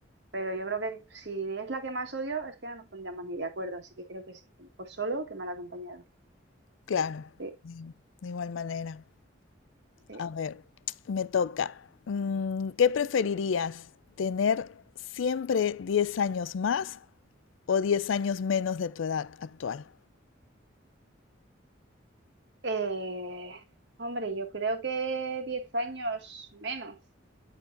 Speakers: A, on the right; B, on the left.
A: Pero yo creo que si es la que más odio, es que no nos pondríamos ni de acuerdo. Así que creo que sí, que mejor solo que mal acompañado.
B: Claro,
A: Sí,
B: de de igual manera.
A: sí.
B: A ver, me toca. Mm, ¿Qué preferirías? ¿Tener siempre 10 años más o 10 años menos de tu edad actual?
A: Eh, hombre, yo creo que 10 años menos